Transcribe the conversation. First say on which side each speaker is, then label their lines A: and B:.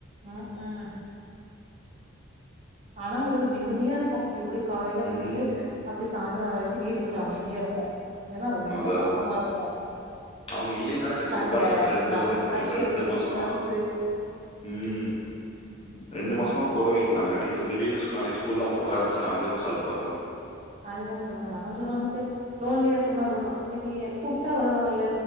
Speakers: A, on the right; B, on the left.
A: ம்க்ம் ஆனா ஒரு நிம்மதியா இருக்கு எப்டி காலையில
B: ம்
A: போயிட்டு அப்டி சாயந்தரோ வரவரைக்கு வீடு கொஞ்சோ அமைதியா தியா இருக்கு இல்லன்னா ரொம்ப
B: அதா
A: சத்தமா
B: அதா
A: இருக்கு
B: அவுங்க இல்லினாலு கஸ்
A: சண்ட
B: இப்ப பாருங்க இப்ப ரெண்டு
A: நமக்கு ப்ரெஷரு
B: இப்ப ரெண்டு மாசமா
A: ஸ்ட்ரெஸ்ஸு
B: ம்
A: ம்
B: ரெண்டு மாசமா கூடவே இருந்தாங்க இப்போ தீடீர்னு நாளைக்கு ஸ்கூல்லலாம் போக ஆரம்பிச்சா நமக்கே சலுப்பா இருக்கு
A: அதுவேணா உண்ம தா கொஞ்சோ நமக்கு லோன்லியா இருக்கமார்ருக்கு செரி கூப்ட்டா வருவாங்கல்ல